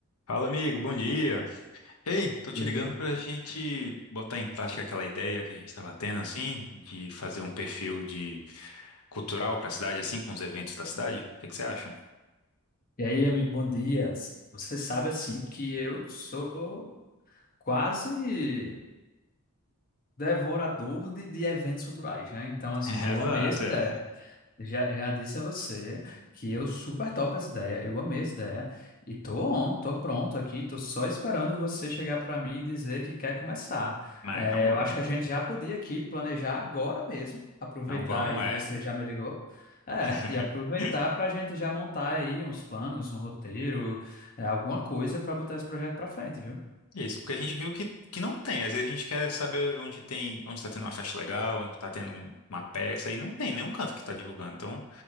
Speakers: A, on the left (about 85°); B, on the left (about 40°).
A: Fala, amigo, bom dia. Ei, tô te
B: E
A: ligando
B: aí,
A: pra gente botar em prática aquela ideia que a gente estava tendo, assim, de fazer um perfil de cultural pra cidade, assim, com os eventos da cidade. O que que você acha?
B: e aí, amigo, bom dia. Você sabe, assim, que eu sou quase devorador de, de eventos culturais, né? Então, assim,
A: <laughs> Exato,
B: eu amei essa
A: é.
B: ideia. Já, já disse a você que eu super topo essa ideia, eu amei essa ideia e tô on, tô pronto aqui, tô só esperando você chegar para mim e dizer que quer começar.
A: Não,
B: É,
A: então bora.
B: eu acho que a gente já podia aqui planejar agora mesmo, aproveitar
A: Não vamos,
B: aí que
A: é.
B: você já me ligou, é,
A: <laughs>
B: e aproveitar para a gente já montar aí uns planos, um roteiro, é, alguma coisa para botar esse projeto para frente, viu?
A: Isso, porque a gente viu que, que não tem. Às vezes a gente quer saber onde tem, onde está tendo uma festa legal, onde está tendo um- uma peça, e não tem nenhum canto que está divulgando. Então,